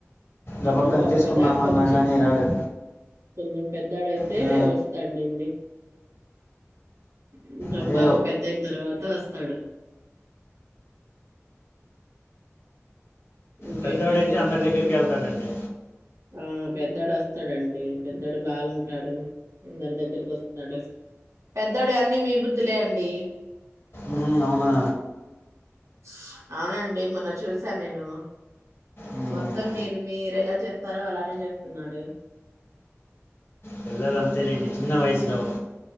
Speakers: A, on the right; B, on the left.
A: చిన్న
B: గబక్కని
A: బాబు
B: తీసుకుందామన్నా
A: కదా కొంచెం
B: కానీ రాడు
A: కొంచెం పెద్దొడైతే
B: ఆ,
A: వస్తాడులెండి కొంచెం
B: అదే
A: బాబు పెద్దయ్ తర్వాత వస్తాడు ఇంకేంటండి
B: పెద్దవాడైతే అందరి
A: సంగతులు
B: దగ్గరికి వెళ్తాడండి
A: ఆ పె పెద్దోడు వస్తాడండి పెద్దోడు బాగుంటాడు అందరి దగ్గరికి వస్తాడు పెద్దోడు అన్ని మీ బుద్ధిలే అండి.
B: ఉమ్ అవునా
A: స్ అవునండి మొన్న చూశాను నేను
B: ఉమ్,
A: మొత్తం మీరు మీరెలా చేత్తరో అలానే చెత్తున్నాడు
B: పిల్లలు అంతేలెండి చిన్న వయసులో